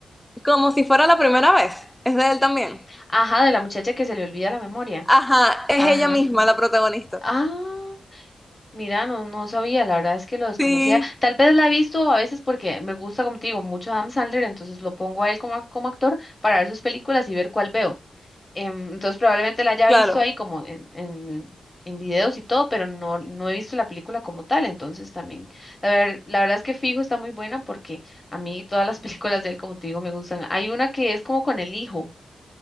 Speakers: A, in the centre; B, on the left.
A: Como si fuera la primera vez? Es de él también.
B: Ajá, de la muchacha que se le olvida la memoria.
A: Ajá, es
B: Ajá.
A: ella misma la protagonista.
B: Ah, mira, no, no sabía, la verdad es que lo desconocía.
A: Sí,
B: Tal vez la he visto a veces porque me gusta, como te digo, mucho Adam Sandler, entonces lo pongo a él como, como actor para ver sus películas y ver cuál veo. Em, entonces probablemente la haya
A: claro.
B: visto ahí como en, en, en videos y todo, pero no, no he visto la película como tal, entonces también, la, ver- la verdad es que Fijo está muy buena porque a mí todas las <laughs> películas de él, como te digo, me gustan. Hay una que es como con el hijo,